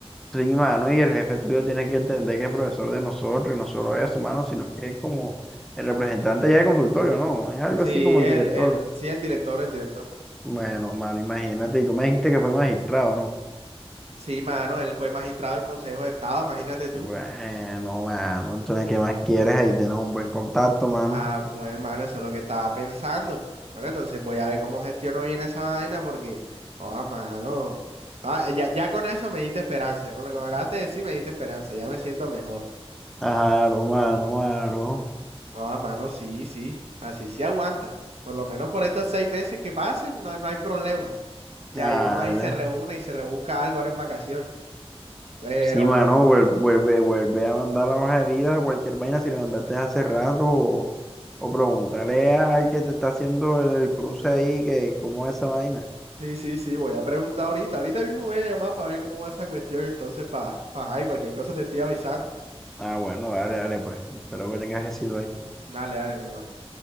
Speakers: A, in the centre; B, on the right.
A: Sí, mano, y el jefe tuyo tiene que entender que es profesor de nosotros, y no solo eso, mano, sino que es como el representante ya de consultorio, ¿no? Es algo
B: Sí,
A: así como
B: el,
A: el director.
B: el, sí, el director, el director.
A: Bueno, mano, imagínate, y tú me dijiste que fue magistrado, ¿no?
B: Sí, mano, él fue magistrado del Consejo de Estado, imagínate tú.
A: Bueno, mano, entonces, ¿qué más quieres? Ahí tienes un buen contacto, mano.
B: Ah, pues, mano, eso es lo que estaba pensando. Bueno, entonces voy a ver cómo gestiono bien esa vaina porque, oh, mano. Ah, ya, ya con eso me diste esperanza, con lo que me acabaste de decir me diste esperanza, ya me siento mejor.
A: Claro, mano, claro.
B: Oh, mano, sí, sí, así sí aguanta. Por lo menos por estos seis meses que pasen, no, no hay problema. Ya,
A: Dale.
B: y uno ahí se reúne y se rebusca algo ahora en vacaciones. Pero
A: Sí, mano, vuel- vuelve, vuelve a mandar la hoja de vida, cualquier vaina, si la mandaste hace rato, o, o pregúntale al que te está haciendo el cruce ahí, que cómo es esa vaina.
B: Sí, sí, sí, voy a preguntar ahorita. Ahorita mismo voy a llamar para ver cómo va esa cuestión. Entonces, para, para, cualquier cosa te estoy avisando.
A: Ah, bueno, dale, dale, pues, espero que tengas éxito ahí.
B: Dale, dale, mi hermano.